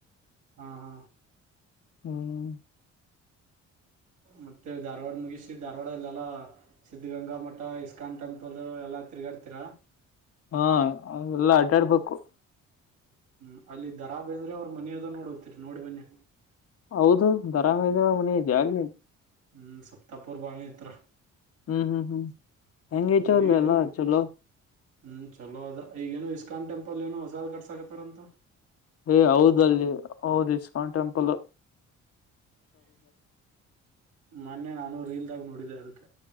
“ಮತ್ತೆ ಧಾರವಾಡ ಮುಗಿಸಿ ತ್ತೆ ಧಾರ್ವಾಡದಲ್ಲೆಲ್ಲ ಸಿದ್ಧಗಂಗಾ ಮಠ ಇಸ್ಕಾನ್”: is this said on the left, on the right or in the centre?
Right